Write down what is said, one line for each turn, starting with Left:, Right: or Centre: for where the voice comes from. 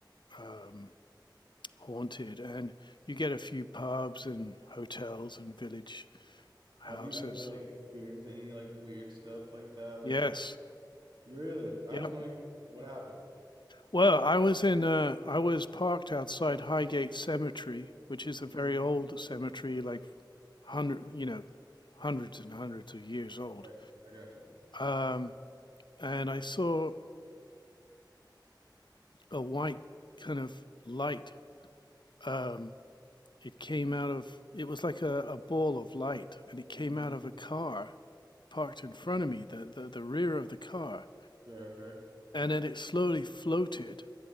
Left: um, haunted, and you get a few pubs and hotels and village houses.
Right: Have you ever like experienced any like weird stuff like that? Like
Left: Yes.
Right: really? I
Left: Yeah.
Right: just want to hear what happened.
Left: Well, I was in uh I was parked outside Highgate Cemetery, which is a
Right: Mm-hmm.
Left: very old cemetery, like hundred, you know, hundreds and hundreds of years old.
Right: Right. I got you.
Left: Um, and I saw a white kind of light. Um, it came out of it was like a, a ball of light, and it came
Right: Mm-hmm.
Left: out of a car parked in front of me, the, the the rear of the car,
Right: Right, okay.
Left: and then it slowly floated